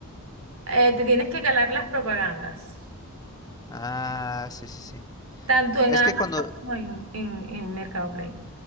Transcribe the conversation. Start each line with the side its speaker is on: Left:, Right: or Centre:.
Right: eh, te tienes que calar las propagandas,
Left: Ah, sí, sí, sí.
Right: tanto en
Left: Es
Right: Amazon
Left: que cuando,
Right: como en, en, en Mercado Play.